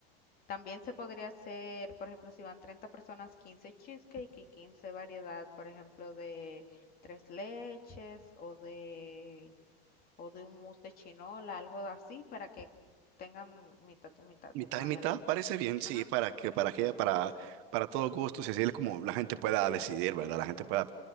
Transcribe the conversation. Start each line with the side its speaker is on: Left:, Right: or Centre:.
Left: También se podría hacer, por ejemplo, si van 30 personas, 15 cheesecake y 15 variedad, por ejemplo, de tres leches o de o de un mousse de chinola, algo así para que tengan mitad y mitad
Right: Mitad
Left: y puedan
Right: y mitad
Left: elegir.
Right: parece bien, sí,
Left: Ajá.
Right: para que, para que, para, para todo gusto, si así es como la gente pueda decidir, ¿verdad? La gente pueda,